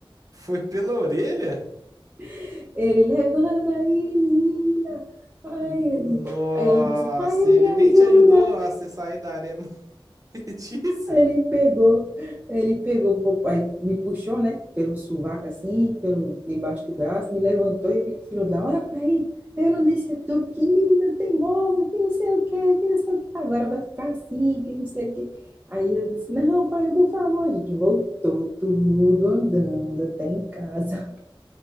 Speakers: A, on the right; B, on the right.
A: Foi pela orelha?
B: <laughs> Ele, levanta daí, menina. Aí
A: Nossa,
B: ele. Aí eu disse, pai, me
A: ele
B: ajuda.
A: nem te ajudou a você sair da areia <laughs> movediça?
B: Aí Ele pegou, ele pegou, pô, aí me puxou, né, pelo sovaco assim, pelo debaixo do braço, me levantou e me tirou de lá. Olha pra aí, eu não disse a tu que menina teimosa, que não sei o quê, que não sei o quê, agora vai ficar assim, que não sei o quê. Aí eu disse: Não, pai, por favor, a gente voltou tudo andando até em casa.